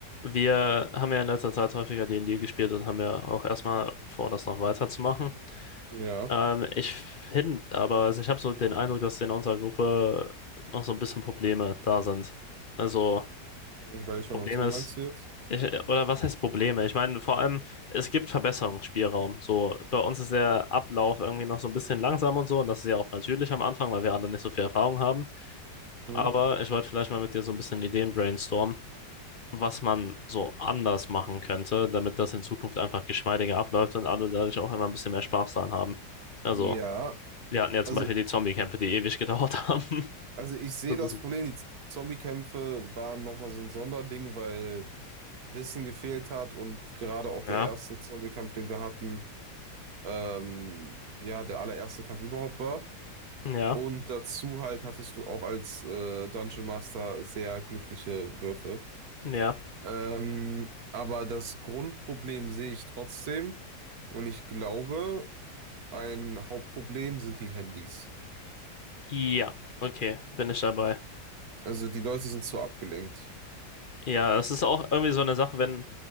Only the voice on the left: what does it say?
Wir haben ja in letzter Zeit häufiger D&D gespielt und haben ja auch erstmal vor, das noch weiterzumachen.
Ähm, ich finde aber, also ich habe so den Eindruck, dass in unserer Gruppe noch so ein bisschen Probleme da sind. Also,
Problem
ist,
ich, oder was heißt Probleme? Ich meine, vor allem, es gibt Verbesserungsspielraum. So, bei uns ist der Ablauf irgendwie noch so ein bisschen langsam und so, und das ist ja auch natürlich am Anfang, weil wir alle nicht so viel Erfahrung haben.
Aber ich wollte vielleicht mal mit dir so ein bisschen Ideen brainstormen was man so anders machen könnte, damit das in Zukunft einfach geschmeidiger abläuft und alle dadurch auch immer ein bisschen mehr Spaß daran haben. Also,
wir hatten ja zum
Beispiel die Zombie-Kämpfe, die ewig gedauert haben. <laughs>
So
ein bisschen.
Ja,
ja,
ja.
Ja, okay, bin ich dabei.
Ja, es ist auch irgendwie so eine Sache, wenn.